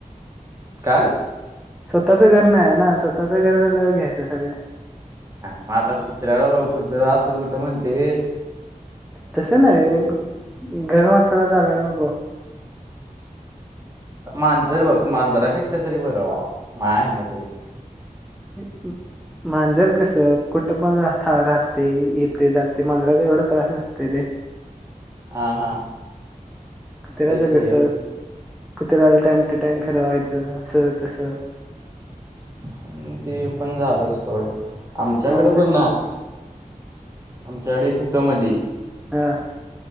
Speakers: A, on the right; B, in the centre.
A: काल.
B: स्वतःच घर नाही आहे ना, स्वतःच घर झालं घ्यायचं सगळं
A: ह म आता कुत्र्याला <unintelligible> कुत्र असं कुठं म्हणतय होय?
B: तस नाही, पण घर म्हंटल्यावर चालायला नको.
A: मांजर बघ मांजरापेक्षा तरी बरं बाबा, माया हेन तरी
B: <unintelligible> <inaudible> मांजर कस, कुठं पण राह राहतय, येतय, जातय, मांजराचा एवढा त्रास नसतय रे.
A: हा. हा.
B: कुतऱ्याच
A: असा विषय
B: कस,
A: आहे
B: कुतऱ्याला टाइम टू टाइम फिरवायचं, असं तस
A: <unintelligible> <inaudible> ते पण झालं सोड, आमच्याकडे
B: मांजर
A: पण आमच्याकड एक हुंत मधी
B: हम.